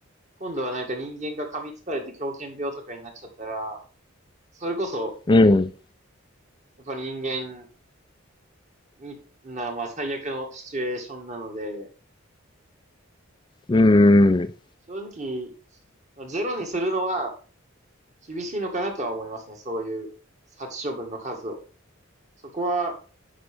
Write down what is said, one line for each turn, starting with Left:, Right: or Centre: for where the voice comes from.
Right: 今度はなんか人間が噛みつかれて狂犬病とかになっちゃったら、それこそ、
Left: うん、
Right: やっぱり人間に、な、まあ最悪のシチュエーションなので、
Left: うん、うん。
Right: 正直、まあゼロにするのは厳しいのかなとは思いますね。そういう殺処分の数を。そこは